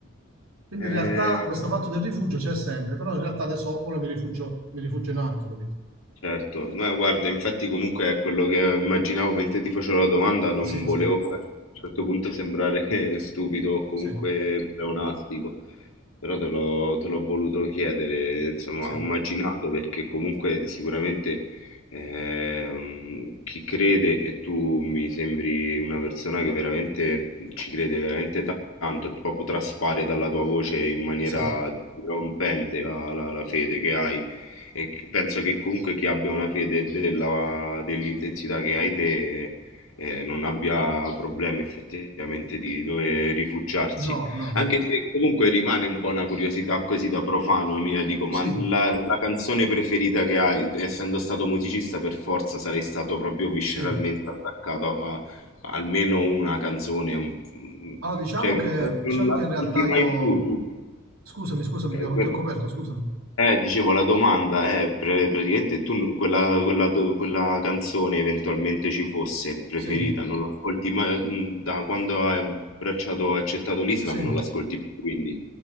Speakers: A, on the right (about 80°); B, on the left (about 75°).
A: Quindi
B: Eh,
A: in realtà questo fatto del rifugio c'è sempre, però in realtà adesso ora mi rifugio, mi rifugio in altro, capito?
B: certo, ma guarda, infatti comunque è quello che immaginavo mentre ti facevo la domanda, non
A: Sì,
B: volevo
A: sì,
B: poi a un certo punto sembrare <laughs> stupido o comunque
A: sì,
B: pleonastico, però te l'ho te l'ho voluto chiedere, insomma,
A: sì,
B: ho immaginato perché comunque sicuramente ehm, chi crede e tu mi sembri una persona che veramente ci crede veramente ta- tanto, proprio traspare dalla tua voce in maniera
A: sì.
B: dirompente la la- la fede che hai. E penso che comunque chi abbia una fede della- dell'intensità che hai te eh, non abbia problemi effettivamente di dove rifugiarsi.
A: No, no,
B: Anche se comunque rimane un po' una curiosità così da profano mia, dico, ma
A: sì,
B: la, la canzone preferita che hai, essendo stato musicista, per forza sarei stato proprio visceralmente
A: sì.
B: attaccato a almeno una canzone, un- mm,
A: Allora diciamo
B: cioè
A: che, diciamo
B: non l'ascolti
A: che in realtà
B: mai
A: io...
B: più tu.
A: Scusami, scusami,
B: Eh,
A: ti ho,
B: que-
A: ti ho coperto, scusami.
B: eh, dicevo, la domanda è pre- praticamente tu quella, quella do- quella canzone eventualmente ci fosse preferita,
A: Sì,
B: non l'ascolti mai mh, da quando hai abbracciato e accettato l'Islam,
A: sì.
B: non l'ascolti più, quindi